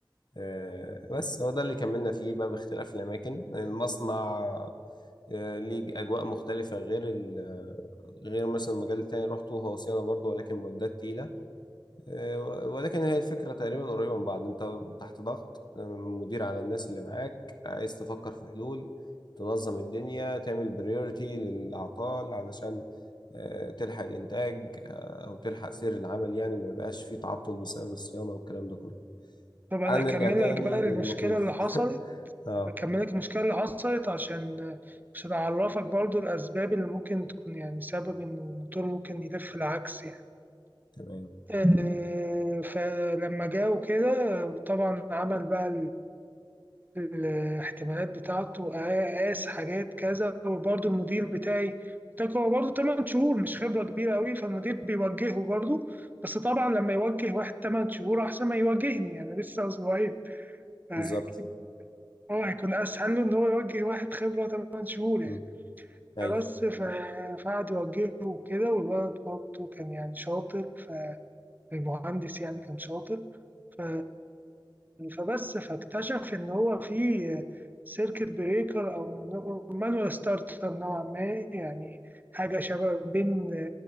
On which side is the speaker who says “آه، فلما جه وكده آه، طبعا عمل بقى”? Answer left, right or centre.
Right